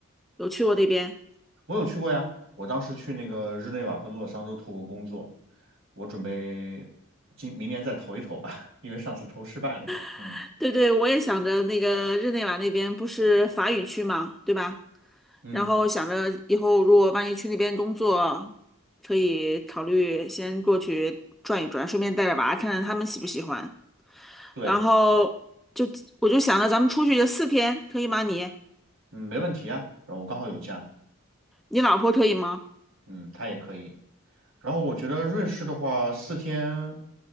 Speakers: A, in the centre; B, on the right (about 75°).
A: 有去过那边？
B: 我有去过呀，我当时去那个日内瓦和洛桑都投过工作，我准备今明年再投一投吧，<laughs> 因为上次投失败了。
A: <laughs>
B: 嗯
A: 对对，我也想着那个日内瓦那边不是法语区嘛，对吧？
B: 嗯，
A: 然后想着以后如果万一去那边工作，可以考虑先过去转一转，顺便带着娃看看他们喜不喜欢。
B: 对，
A: 然后就我就想着咱们出去四天，可以吗？你？
B: 嗯，没问题啊，然后我刚好有假，
A: 你老婆可以吗？
B: 嗯，他也可以。然后我觉得瑞士的话，四天，